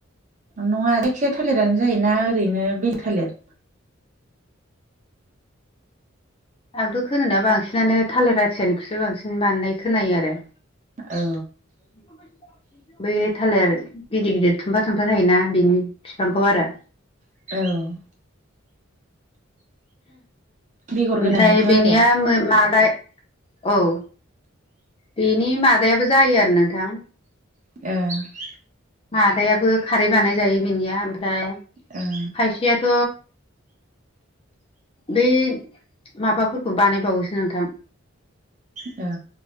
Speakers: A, on the right; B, on the left.
A: नङा जायखिजाया थालिरानो जायोना ओरैनो बेल थालिर?
B: आंथ' खोनानायाव बांसिनानो थालिर आथियानिखौसो बांसिन बानायनाय खोनायो आरो।
A: औ।
B: <inaudible> बबे थालिर गिदिर - गिदिर थुमफा - थुमफा थायोना बिनि बिफांखौ आरो।
A: औ। बेगर
B: ओमफ्राय
A: गोनांनिखौ
B: बेनिया
A: आरो
B: मो माबाय औ। बेनि मादायाबो जायो आरो नोंथां।
A: ओ।
B: मादायाबो खारै बानाय जायो बिनिया ओमफ्राय
A: ओ।
B: खायसेयाथ' बै माबाफोरखौ बानायबावोसो नोंथां।
A: औ।